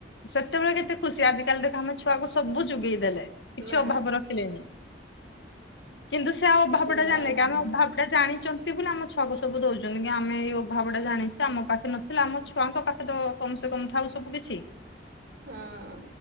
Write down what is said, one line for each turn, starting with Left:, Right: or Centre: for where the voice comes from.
Left: ସେତେବେଳେ କେତେ ଖୁସି ଆଜିକାଲି ଦେଖ ଆମେ ଛୁଆକୁ ସବୁ ଯୋଗେଇ ଦେେଲେ କିଛି
Right: ନା
Left: ଅଭାବ ର ରଖିଲେ ନିକିନ୍ତୁ ସେ ଆଉ ଅଭାବଟ
Right: ଦିନ
Left: ଜାଣିଲେ
Right: ନାହିଁ
Left: କି ଆମ ଅଭାବ ଏଇଟା ଜାଣିଚନ୍ତି ବୋଲି ଆମ ଛୁଆକୁ ସବୁ ଦଉଚ, ନ୍ତି ଆମେ ଏଇ ଅଭାବ ଟା ଜାଣିଚେ ଆମ ପାଖରେ ନ ହେଲା ଆମ ଛୁଆଙ୍କ ପାଖେ ତ କମ ସେ କମ୍ ଥାଉ ସବୁ କିିଛି।
Right: ହଁ।